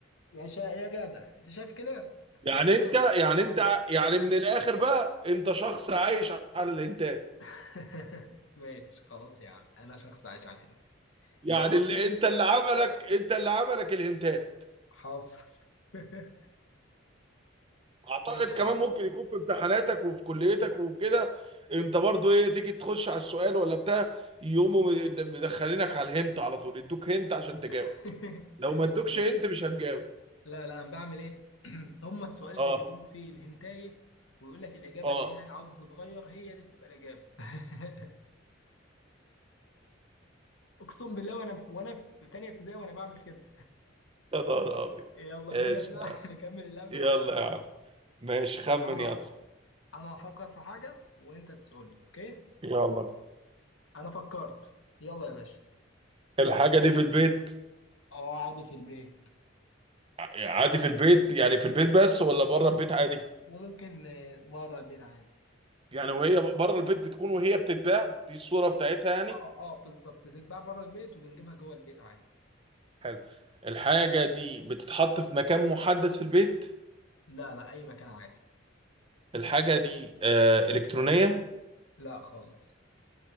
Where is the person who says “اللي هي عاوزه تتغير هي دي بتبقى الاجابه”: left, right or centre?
Left